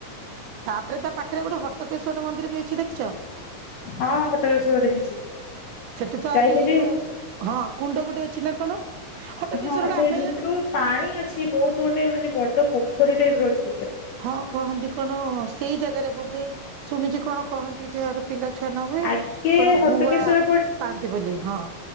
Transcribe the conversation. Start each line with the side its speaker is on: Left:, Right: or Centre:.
Right: ତାପରେ ତା ପାଖରେ ଗୋଟେ ହଟକେଶ୍ଵର ମନ୍ଦିର ବି ଅଛି ଦେଖିଛ?
Left: ହଁ ହଟକେଶ୍ଵର ଦେଖିଛି
Right: ସେଠି ତ ଆହୁରି
Left: ଯାଇଥିଲି
Right: ଯୋଉ ହଁ କୁଣ୍ଡ ଗୋଟେ ଅଛି ନା କଣ? ହଟକେଶ୍ଵର
Left: ହଁ
Right: ଟା
Left: ସେଇ
Right: ଆମେ
Left: ଭିତୁରୁକୁ ପାଣି ଅଛି ବୋହୁତ ଗୋଟେ ମାନେ ବଡ ପୋଖରୀ ଟାଇପର ଅଛି ଭିତରେ।
Right: ହଁ କହନ୍ତି କଣ ସେଇ ଜାଗାରେ ବୋଧେ ଶୁଣିଚି କଣ କହନ୍ତି ଯାହାର ପିଲା ଛୁଆ ନ ହୁଏ
Left: ଆଗେ
Right: କଣ
Left: ହଟକେଶ୍ଵର
Right: ଗୁଆ ପାଆନ୍ତି ବୋଲି ହଁ।